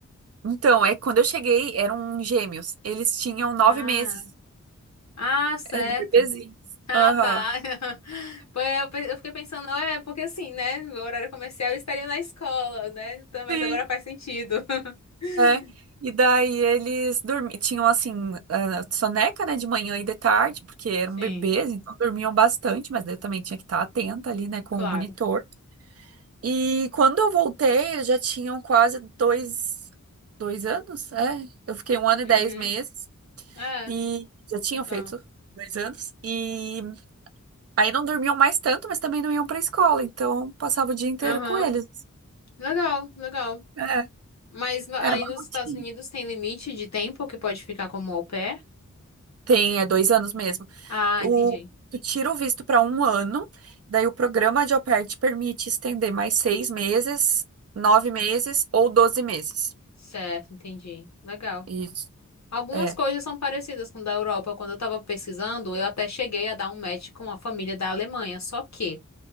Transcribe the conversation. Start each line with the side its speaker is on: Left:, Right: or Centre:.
Right: Então, é que quando eu cheguei, eram gêmeos. Eles tinham nove
Left: Ah,
Right: meses.
Left: ah, certo.
Right: Eram bebezinhos.
Left: Ah,
Right: Aham.
Left: tá. <laughs> Pois Eu pe- eu fiquei pensando, é, porque assim, né? O horário comercial eles estariam na escola, né? Então, mas
Right: Sim,
Left: agora faz sentido. <laughs>
Right: é. E daí eles dormiam, tinham assim, ah, soneca, né, de manhã e de tarde, porque eram
Left: Sim,
Right: bebês, então dormiam bastante, mas eu também tinha que estar atenta ali, né, com
Left: claro.
Right: o monitor. E quando eu voltei, eles já tinham quase dois, dois anos, é. Eu fiquei um ano e
Left: Uhum.
Right: dez meses
Left: É,
Right: e já tinham
Left: legal.
Right: feito dois anos. E aí não dormiam mais tanto, mas também não iam pra escola, então passava o dia inteiro
Left: Aham.
Right: com eles.
Left: Legal, legal.
Right: É,
Left: Mas no- aí
Right: era uma
Left: nos
Right: rotina.
Left: Estados Unidos tem limite de tempo que pode ficar como au pair?
Right: Tem, é dois anos mesmo.
Left: Ah,
Right: O,
Left: entendi.
Right: tu tira o visto para um ano, daí o programa de au pair te permite estender mais seis meses, nove meses ou doze meses.
Left: Certo, entendi. Legal.
Right: Isso.
Left: Algumas
Right: É.
Left: coisas são parecidas com da Europa. Quando eu tava pesquisando, eu até cheguei a dar um match com a família da Alemanha. Só que